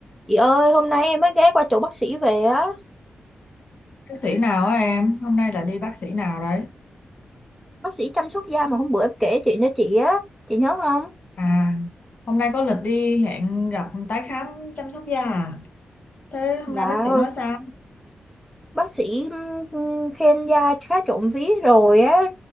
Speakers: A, in the centre; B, on the left.
A: Chị ơi, hôm nay em mới ghé qua chỗ bác sĩ về á,
B: Bác sĩ nào á em? Hôm nay là đi bác sĩ nào đấy?
A: bác sĩ chăm sóc da mà hôm bữa em kể chuyện cho chị á, chị nhớ không?
B: À, hôm nay có lịch đi hẹn gặp tái khám chăm sóc da à? Thế
A: Dạ,
B: hôm nay bác sĩ nói sao?
A: bác sĩ ừm, khen da khá trộm vía rồi á,